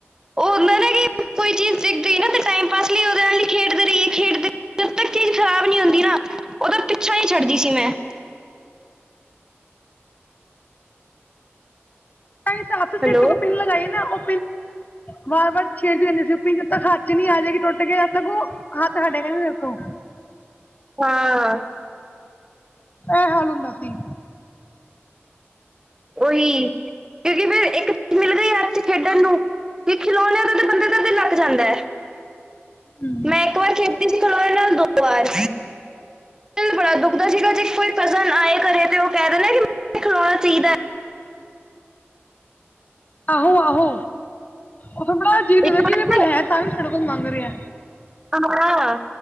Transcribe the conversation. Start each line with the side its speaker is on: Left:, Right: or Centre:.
Right: ਉਹਨਾਂ ਦਾ ਕਿ ਕੋਈ ਚੀਜ਼ ਦਿਸ ਗਈ ਟਈਮ। ਫਸਲੀ ਉਦੇ। ਖੇਡਦੇ ਰਹੀਏ ਖੇਡਦੇ, ਜਦ ਤੱਕ ਚੀਜ਼ ਖਰਾਬ ਨਹੀ ਹੁੰਦੀ ਨਾ, ਉਹਦਾ ਪਿੱਛਾ ਨਹੀਂ ਛੱਡਦੀ ਸੀ ਮੈਂ।
Left: ਮੇਰੇ ਹਿਸਾਬ ਚ ਸਿਰ
Right: ਹੈਲੋ
Left: ਚ ਕੋਈ ਪਿੰਨ ਲਗਾਈਏ ਨਾ, ਉਹ।
Right: <inaudible>
Left: ਵਾਰ-ਵਾਰ ਛੇੜਦੇ ਰਹਿੰਦੇ ਸੀ ਯੁਪੀ ਤੱਕ ਹੱਥ ਚ ਨੀ ਆ ਜੇਗੀ ਟੁੱਟ ਕੇ ਹੱਥ ਚ ਓਦੋਂ ਤੱਕ, ਓਹ ਹੱਥ ਹਟੇਗਾ ਨੀ ਓਥੋਂ।
Right: ਹਾਂ।
Left: ਐਹ ਹਾਲ ਹੁੰਦਾ ਸੀ।
Right: ਓਈ ਕਿਉਂਕਿ ਫਿਰ ਇੱਕ ਚੀਜ਼ ਮਿਲ ਗਈ ਐ ਅੱਜ ਖੇਡਣ ਨੂੰ, ਵੀ ਖਿਲੋਣਿਆਂ ਦਾ ਬੰਦੇ ਦਾ ਦਿਲ ਲੱਗ ਜਾਂਦਾ ਐ।
Left: ਹਮ
Right: ਮੈਂ ਇੱਕ ਵਾਰ ਖੇਡੀ ਸੀ ਖਲੋਨੇ ਨਾਲ ਦੋ ਵਾਰ, ਦਿਲ ਬੜਾ ਦੁਖਦਾ ਸੀ ਜੇ ਕੋਈ ਕਜ਼ਨ ਆਏ ਘਰੇ ਤੇ ਉਹ ਕਹਿ ਰਏ ਨੇ ਕਿ ਖਿਲਾਉਣਾ ਚਾਹੀਦਾ।
Left: ਆਹੋ- ਆਹੋ ਉਹਥ ਬੜਾ ਅਜੀਬ
Right: ਹੈ।
Left: ਲੱਗਦਾ
Right: ਇੱਕ
Left: ਕਿ,
Right: ਵਾਰ
Left: ਇਹਦੇ ਕੋਲ
Right: ਨਾ
Left: ਹੈ। ਤਾਂ ਵੀ ਸਾਡੇ ਕੋਲ ਮੰਗ ਰਿਹਾ।
Right: ਕੰਮ ਖਰਾਬ ਆ,